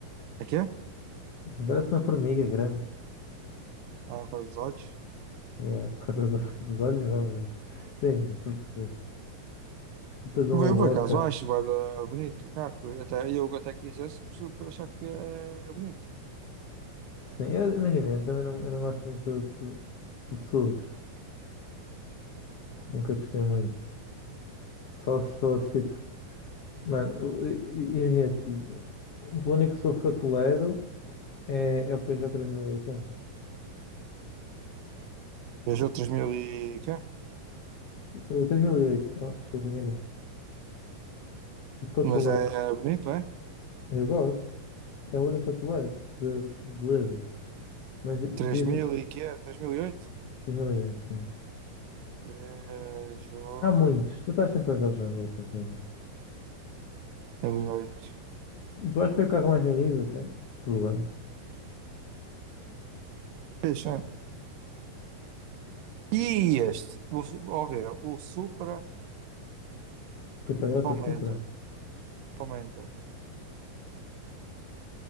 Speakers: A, on the right; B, on the left.
A: É que é?
B: Parece uma formiga grande.
A: Ah, por causa dos olhos.
B: É, por causa do- <laughs> dos olhos, não, mas. Sim, tu percebes. Depois uma
A: Eu
B: boca.
A: por acaso acho vai dar bonito o carro. por- Até, eu até quisesse por, por achar que é bonito.
B: Sim, eu, imagina, eu também não, eu não gosto muito de, su- de SUVs.
A: Ah, ok.
B: Nunca gostei muito. Só se fosse tipo. Mano, eu- eu- imagina, tu- o único SUV que eu tolero é, é o Peugeot 3080.
A: Peugeot 3000 e quê?
B: Eh, 3008, oh, desculpa, enganei. O que eu
A: Mas
B: tolero,
A: é bonito, é?
B: eu gosto, é o único que eu tolero, de, de beleza. Mas
A: três
B: dizem,
A: mil e quê? três mil e oito
B: 2008 sim.
A: Peugeot
B: Há muitos, tu estás sempre a vê-los na rua, de certeza.
A: 3008.
B: Tu acho que foi o carro mais vendido até, do ano,
A: É fixe, é? E este, o, ó ver, o Supra
B: que a Toyota
A: comenta,
B: Supra.
A: comenta.